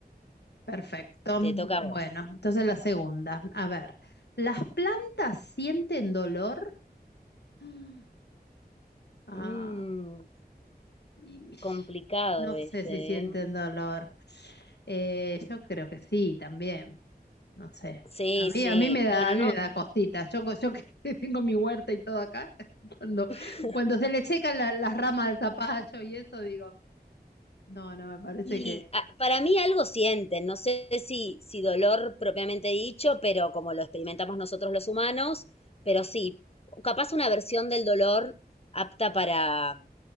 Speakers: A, on the left; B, on the left.
A: Perfecto.
B: Te toca
A: Bueno,
B: a vos.
A: entonces la segunda. A ver, ¿las plantas sienten dolor? <gasps> Mm. Ah,
B: Mm,
A: y-
B: complicado
A: no sé
B: ese,
A: si sienten
B: ¿eh?
A: dolor. Eh, yo creo que sí, también. No sé.
B: Sí,
A: A mí,
B: sí.
A: a mí me da,
B: Bueno,
A: a mí
B: no.
A: me da cositas. Yo, co- yo que <laughs> tengo mi huerta y todo acá, <laughs> cuando,
B: <laughs>
A: cuando se le secan la- las ramas del zapallo y eso, digo, no, no me parece
B: Y
A: que.
B: ah, para mí algo sienten, no sé si, si dolor propiamente dicho, pero como lo experimentamos nosotros los humanos, pero sí, capaz una versión del dolor apta para,